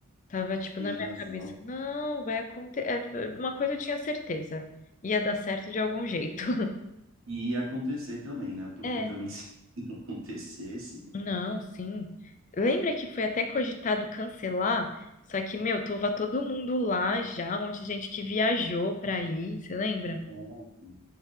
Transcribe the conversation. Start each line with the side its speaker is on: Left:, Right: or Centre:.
Left: Tava tipo
Right: Tem
Left: na minha
Right: razão.
Left: cabeça, não, vai acontecer. Uma coisa eu tinha certeza, ia dar certo de algum jeito. <laughs>
Right: E ia acontecer também, né? Porque
Left: É,
Right: também <laughs> se não acontecesse,
Left: Não, sim. Lembra que foi até cogitado cancelar? Só que, meu, tava todo mundo lá já, um monte de gente que viajou pra ir, você lembra?
Right: é,